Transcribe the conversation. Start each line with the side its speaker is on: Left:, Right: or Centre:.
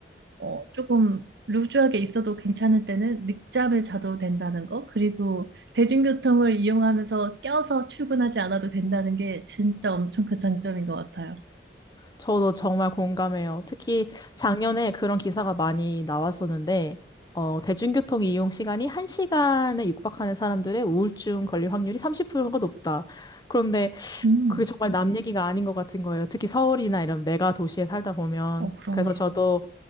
Right: 어, 조금 루즈하게 있어도 괜찮을 때는 늦잠을 자도 된다는 거, 그리고 대중교통을 이용하면서 껴서 출근하지 않아도 된다는 게 진짜 엄청 큰 장점인 것 같아요.
Left: 저도 정말 공감해요. 특히 작년에 그런 기사가 많이 나왔었는데, 어, 대중교통 이용 시간이 1시간에 육박하는 사람들의 우울증 걸릴 확률이 30%가 높다. 그런데
Right: 음,
Left: 그게 정말 남 얘기가 아닌 것 같은 거예요. 특히 서울이나 이런 메가 도시에 살다 보면.
Right: 어, 그러네요.
Left: 그래서 저도